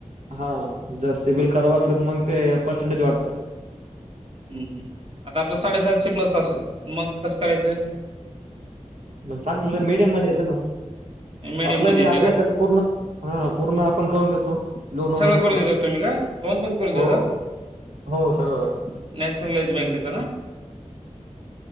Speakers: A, on the right; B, on the right.
A: हा जर सिबिल खराब असलं तर मग ते पर्सेंटेज वाढत.
B: हम्म आता आपलं साडेसातशे प्लस असेल मग कसं करायचंय?
A: म सांग मीडियम मध्ये येत ना
B: मीडियम
A: आप्लाय
B: मध्ये
A: नाही
B: येते
A: आप्लाय
B: का
A: सगळं पूर्ण हा पूर्ण आपण करून देतो. लोन वगैरे
B: सगळं करून देतात तुम्ही का लोन पण करून देतात
A: हो हो सगळं
B: नॅशनलाइज बँक त्याचं ना.